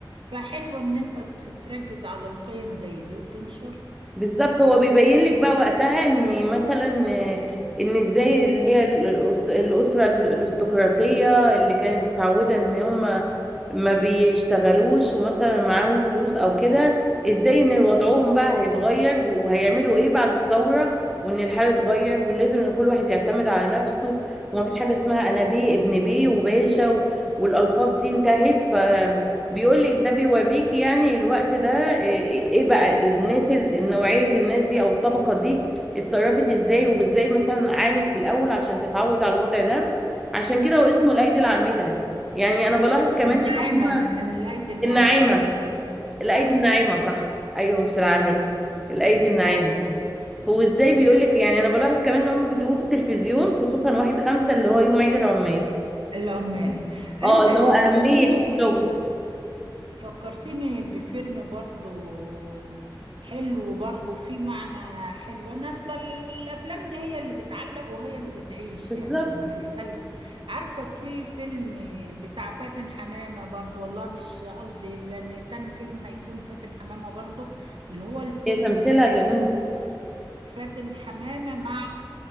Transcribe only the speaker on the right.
فحلو إن أنت تركز على القيم زي دي وتنشر
ناعما
إن الأيدي الناعمة
آه
آه
العمال
أنت
فكرتيني
فكرتني بفيلم برضو حلو برضو فيه معنى حلو انا اصلا الافلام دي هي اللي بتعلق وهي اللي بتعيش
يعني لما بيكلم عارفة في فيلم بتاع فاتن حمامة برضو والله مش قصدي لان تاني فيلم هيكون فاتن حمامة برضو اللي هو الفيلم
فاتن حمامة مع